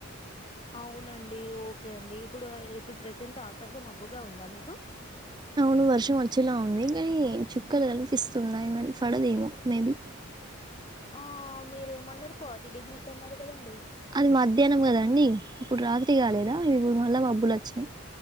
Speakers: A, on the left; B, on the right.
A: అవునండి ఓకే అండి ఇప్పుడు ఇప్పుడు ప్రజెంట్ ఆకాశం మబ్బుగా ఉందా మీకు
B: అవును వర్షం వచ్చేలా ఉంది కానీ చుక్కలు కనిపిస్తున్నాయి మరి పడదేమో మేబి
A: ఆ మీరేమన్నారు ఫార్టీ డిగ్రీస్ అన్నారు కదండి
B: అది మధ్యాహ్నం కదాండి ఇప్పుడు రాత్రి కాలేదా ఇప్పుడు మళ్ళా మబ్బులు వచ్చినయి